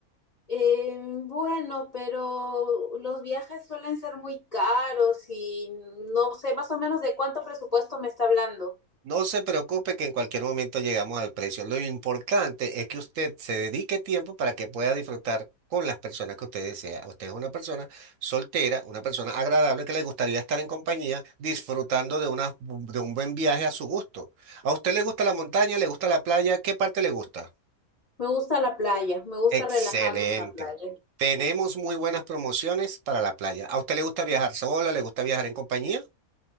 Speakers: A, on the left (about 40°); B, on the right (about 65°).
A: Eh, bueno, pero los viajes suelen ser muy caros y no sé más o menos de cuánto presupuesto me está hablando.
B: No se preocupe que en cualquier momento llegamos al precio. Lo importante es que usted se dedique tiempo para que pueda disfrutar con las personas que usted desea. Usted es una persona soltera, una persona agradable que le gustaría estar en compañía disfrutando de una, de un buen viaje a su gusto. ¿A usted le gusta la montaña? ¿Le gusta la playa? ¿Qué parte le gusta?
A: Me gusta la playa, me gusta
B: Excelente.
A: relajarme en la playa.
B: Tenemos muy buenas promociones para la playa. ¿A usted le gusta viajar sola? ¿Le gusta viajar en compañía?